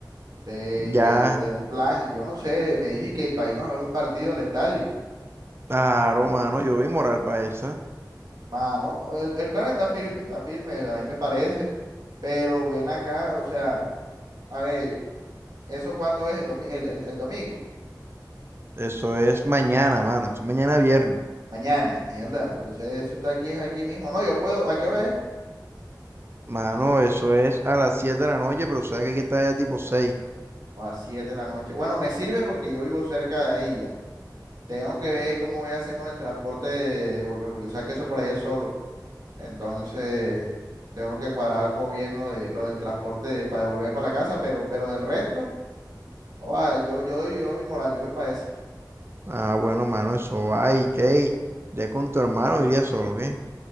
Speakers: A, on the right; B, on the right.
A: de, y
B: Ya,
A: que de un plan, yo no sé, me dije que para irnos a un partido al estadio.
B: claro, mano. Yo vi moral para esa.
A: Mano, el, el plan está firme, está firme, a mí me parece, pero ven acá, o sea, a ver, ¿eso cuándo es el, domi- el, el el domingo?
B: Eso es mañana, mano. Eso es mañana viernes.
A: Mañana, mierda. Entonces eso está aquí, es aquí mismo. No, yo puedo, ¿a qué hora es?
B: Mano, eso es a las 7 de la noche, pero sabes que hay que estar ya tipo seis
A: o a 7 de la noche. Bueno, me sirve porque yo vivo cerca de ahí ya. Tengo que ver
B: Bueno.
A: cómo voy a hacer con el transporte de, de volver, porque sabes que eso por ahí es solo. Entonces, tengo que cuadrar como bien lo de lo del transporte de- para devolver para la casa, pero, pero del resto, joda, yo, yo, doy- yo doy moral, yo voy para eso.
B: Ah, bueno, mano, eso va. ¿Y qué? Ya con tu hermano iría solo, ¿qué?